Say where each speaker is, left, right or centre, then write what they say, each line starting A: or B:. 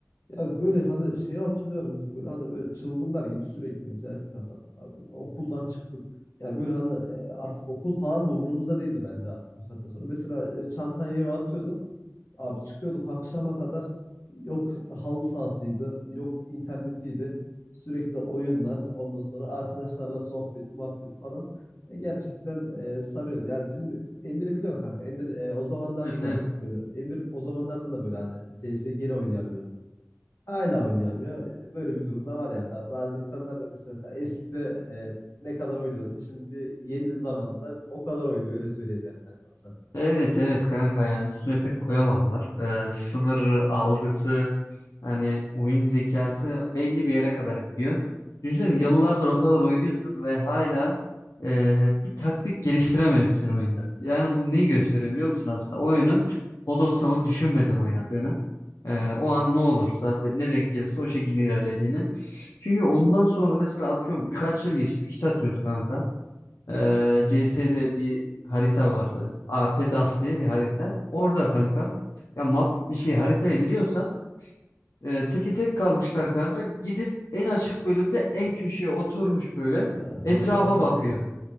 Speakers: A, on the left; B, on the left.
A: ya böyle hani şeyi hatırlıyorum biz böyle hani böyle çılgınlar gibi sürekli mesela kitap atardık abi. Okuldan çıktık. Yani böyle hani e, artık okul falan da umurumuzda değildi bence artık bu saatten sonra. Mesela e, çantayı eve atıyorduk. Abi çıkıyorduk akşama kadar yok halı sahasıydı, yok internetiydi. Sürekli oyunlar, ondan sonra arkadaşlarla sohbet, muhabbet falan. E, gerçekten e, sarıyordu. Ya bizim Emir'i biliyorsun kanka. Emir e, o zamanlarda
B: Evet,
A: da
B: evet.
A: böyle. Emir o zamanlarda da böyle hani CS gene oynayamıyordu. Hala oynayamıyor. E, Böyle bir durumda var yani tabii. Bazı insanlar da mesela ta eskide e, ne kadar oynuyorsa şimdi yeni zamanda da o kadar oynuyor öyle söyleyeyim yani kankam sana.
B: Evet evet kanka yani üstüne pek koyamadılar. Ee, sınır algısı hani oyun zekası belli bir yere kadar gidiyor. Düşünsene yıllardır o kadar oynuyorsun ve hala e, bir taktik geliştirememişsin oyunda. Yani bunu neyi gösteriyor biliyor musun aslında? O oyunu Bodoslama düşünmeden oynadığını. e, o an ne olur zaten ne denk gelirse o şekilde ilerlediğini. Çünkü ondan sonra mesela atıyorum birkaç yıl geçti bir kitap atıyoruz kanka. Ee, CS'de bir harita vardı. APDAS diye bir harita. Orada
A: Hı
B: kanka
A: hı.
B: ya map bir şey haritayı biliyorsan e, teke tek kalmışlar kanka. Gidip en açık bölümde en köşeye oturmuş böyle
A: Ha,
B: etrafa
A: Hatırlamaz olur
B: bakıyor.
A: mu?